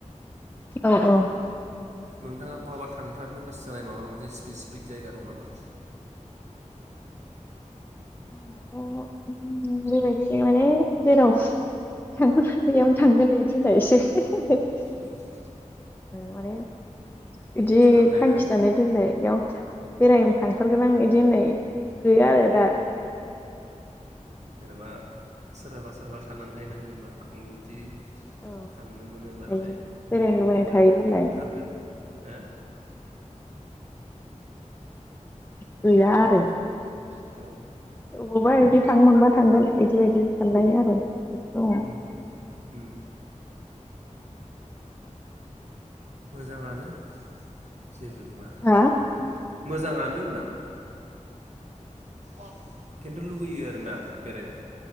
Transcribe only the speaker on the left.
औ औ
अ ओम बेबायदि माने जेराव थांजागोन बेयावनो थांगोन बेयावनो थांगोन होननायसो
माने बिदि
थांखि दानाय दोननायाव बेरायनो थांथारगोन आं बिदि होननाय गैया आरो दा
औ
थायो बेरायनो
लुबैनाय
थायो
नालाय
गैया आरो
अबावबा बिदि थांनो मोनबा थांगोन बिदिबायदि साननाय आरो बिदि दङ
हा